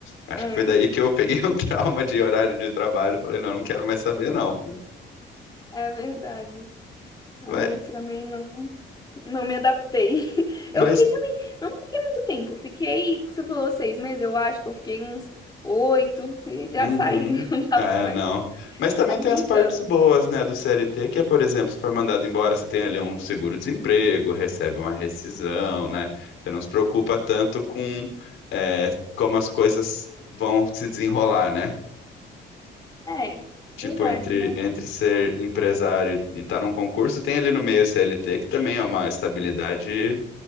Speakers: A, on the left; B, on the left.
A: Acho
B: Ah,
A: que foi daí que eu peguei <laughs> um trauma de horário de trabalho, falei, não, não quero mais saber não.
B: é verdade. Ah,
A: Mas,
B: eu também não. Não me adaptei. <laughs>
A: mas
B: Eu fiquei também, não fiquei muito tempo. Fiquei, você falou seis meses, eu acho que eu fiquei uns oito e já
A: Uhum.
B: saí, <laughs> não tava
A: É,
B: mais
A: não. Mas também
B: aguentando.
A: tem as partes boas, né, do CLT, que é, por exemplo, se for mandado embora, você tem ali um seguro-desemprego, recebe uma rescisão, né? Você não se preocupa tanto com é, como as coisas vão se desenrolar, né?
B: É,
A: Tipo,
B: verdade,
A: entre,
B: né?
A: entre ser empresário e estar num concurso, tem ali no meio o CLT, que também é uma estabilidade